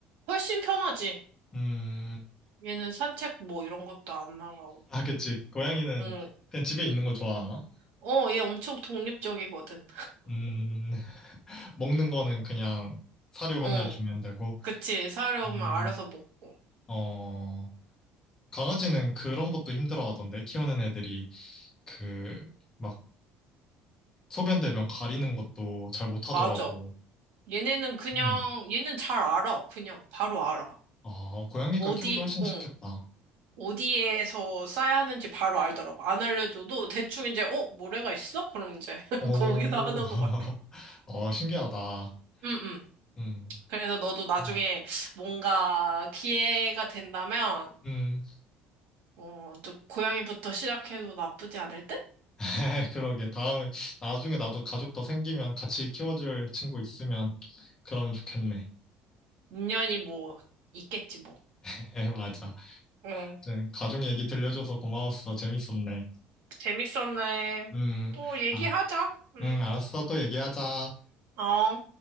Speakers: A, on the right (about 75°); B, on the left (about 20°).
A: 훨씬 편하지.
B: 음,
A: 얘는 산책 뭐 이런 것도 안 나가고.
B: 아, 그치. 고양이는
A: 응.
B: 그냥 집에 있는 거 좋아하나?
A: 어, 얘 엄청 독립적이거든.
B: 음, <laughs> 먹는 거는 그냥 사료
A: 응.
B: 맨날 주면 되고,
A: 그치. 사려면
B: 음,
A: 알아서 먹고.
B: 어, 강아지는 그런 것도 힘들어하던데, 키우는 애들이 그, 막, 소변 대변 가리는 것도 잘 못하더라고.
A: 맞아. 얘네는 그냥,
B: 음,
A: 얘는 잘 알아. 그냥 바로 알아.
B: 아, 고양이가
A: 어디,
B: 키우기 훨씬 쉽겠다.
A: 응. 어디에서 싸야 하는지 바로 알더라고. 안 알려줘도 대충 이제, 어, 모래가 있어? 그럼 이제 <laughs>
B: 오,
A: 거기서 하는
B: <laughs>
A: 것 같아.
B: 어, 신기하다.
A: 응, 응.
B: 음,
A: 그래서 너도 나중에
B: 음,
A: 뭔가 기회가 된다면,
B: 음.
A: 어, 좀 고양이부터 시작해도 나쁘지 않을 듯?
B: <laughs> 그러게. 다음에, 나중에 나도 가족 더 생기면 같이 키워줄 친구 있으면 그러면 좋겠네.
A: 인연이 뭐 있겠지 뭐.
B: <laughs> 맞아.
A: 응.
B: 네, 가족 얘기 들려줘서 고마웠어. 재밌었네.
A: 재밌었네.
B: 음,
A: 또 얘기하자.
B: 아,
A: 응.
B: 음, 알았어. 또 얘기하자.
A: 어.